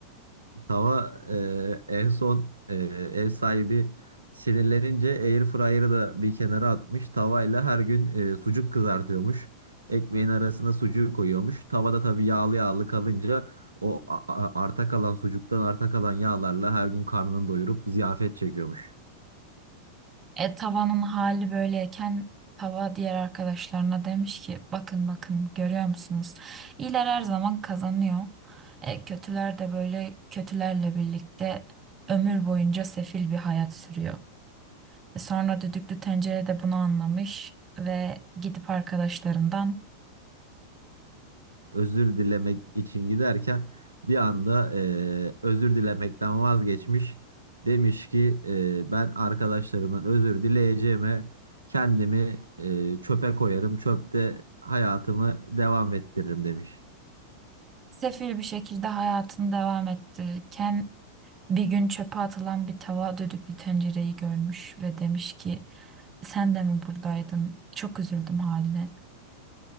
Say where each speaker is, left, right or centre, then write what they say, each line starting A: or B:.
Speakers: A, on the right (about 80°); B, on the right (about 25°).
A: Tava e, en son e, ev sahibi sinirlenince air fryer'ı da bir kenara atmış. Tavayla her gün e, sucuk kızartıyormuş. Ekmeğin arasına sucuğu koyuyormuş. Tavada tabii yağlı yağlı kalınca o a- a- arta kalan sucuktan arta kalan yağlarla her gün karnını doyurup ziyafet çekiyormuş.
B: E, tavanın hali böyleyken tava diğer arkadaşlarına demiş ki bakın bakın görüyor musunuz? İyiler her zaman kazanıyor. E, kötüler de böyle kötülerle birlikte ömür boyunca sefil bir hayat sürüyor. E, sonra düdüklü tencere de bunu anlamış ve gidip arkadaşlarından
A: özür dilemek için giderken bir anda eee, özür dilemekten vazgeçmiş. Demiş ki eee, ben arkadaşlarımın özür dileyeceğime kendimi eee, çöpe koyarım. Çöpte hayatımı devam ettiririm demiş.
B: sefil bir şekilde hayatını devam ettirirken bir gün çöpe atılan bir tava düdüklü tencereyi görmüş ve demiş ki sen de mi buradaydın? Çok üzüldüm haline.